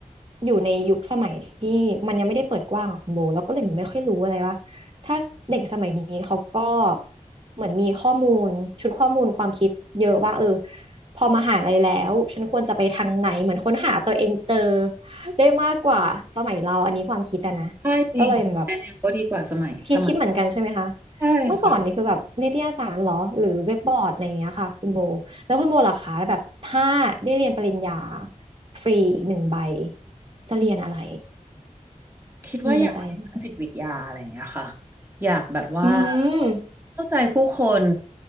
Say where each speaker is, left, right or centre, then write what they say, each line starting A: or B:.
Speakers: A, on the right (about 45°); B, on the right (about 15°).
A: อยู่ในยุคสมัยที่มันยังไม่ได้เปิดกว้างอะคุณโบเราก็เลยไม่ค่อยรู้อะไรว่าถ้าเด็กสมัยนี้เขาก็เหมือนมีข้อมูลชุดข้อมูลความคิดเยอะว่าเออพอมหาลัยแล้วฉันควรจะไปทางไหนเหมือนค้นหาตัวเองเจอได้มากกว่าสมัยเราอันนี้ความคิดอะนะ
B: ใช่จริง
A: ก็เลยแบบ
B: ก็ดีกว่าสมัยสมัย
A: คิดคิดเหมือนกันใช่ไหมคะ
B: ใช่ค่ะ
A: เมื่อก่อนนี่คือแบบนิตยสารเหรอหรือเว็บบอร์ดอะไรอย่างเงี้ยค่ะคุณโบแล้วคุณโบล่ะคะแบบถ้าได้เรียนปริญญาฟรีอีกหนึ่งใบจะเรียนอะไร
B: อื คิดว่าอยากเรียนด้านจิตวิทยาอะไรอย่างเงี้ยค่ะ
A: มีในใจไหม
B: อยากแบบว่า
A: อืม
B: เข้าใจผู้คน